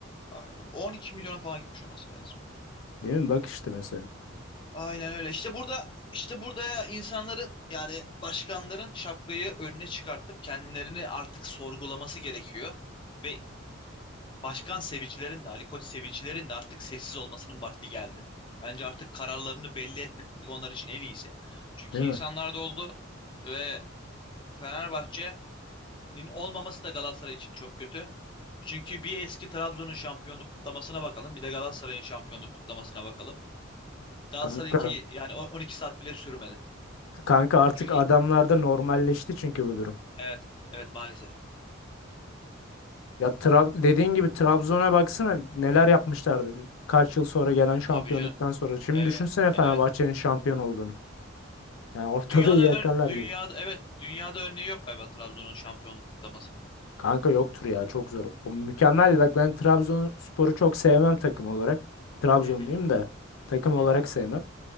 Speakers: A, on the left; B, on the left.
A: Aynen. 12 milyona falan gitmiş olması lazım.
B: Değil mi? Bak işte mesela.
A: Aynen öyle. İşte burada işte burada insanların yani başkanların şapkayı önüne çıkartıp kendilerini artık sorgulaması gerekiyor. Ve başkan sevicilerin de Ali Koç sevicilerin de artık sessiz olmasının vakti geldi. Bence artık kararlarını belli etmek onlar için en iyisi. Çünkü
B: Değil
A: insanlar
B: mi?
A: da oldu ve Fenerbahçe'nin olmaması da Galatasaray için çok kötü. Çünkü bir eski Trabzon'un şampiyonluk kutlamasına bakalım, bir de Galatasaray'ın şampiyonluk kutlamasına bakalım. Galatasaray'ınki
B: Kanka,
A: yani o- 12 saat bile sürmedi.
B: kanka artık
A: Çünkü
B: adamlarda normalleşti çünkü bu durum.
A: evet evet maalesef.
B: Ya Tra- dediğin gibi Trabzon'a baksana neler yapmışlardı. Kaç yıl sonra gelen şampiyonluktan
A: Tabii canım.
B: sonra. Şimdi
A: Evet,
B: düşünsene Fenerbahçe'nin
A: evet.
B: şampiyon olduğunu. Yani ortalığı
A: Dünyada
B: yakarlar
A: ön- dünyada
B: gibi.
A: evet dünyada örneği yok galiba Trabzon'un şampiyonluk kutlamasının.
B: Kanka yoktur ya çok zor. O mükemmel. Bak ben Trabzonspor'u çok sevmem takım olarak. Trabzonluyum
A: Hı hı
B: da takım olarak
A: hı hı.
B: sevmem.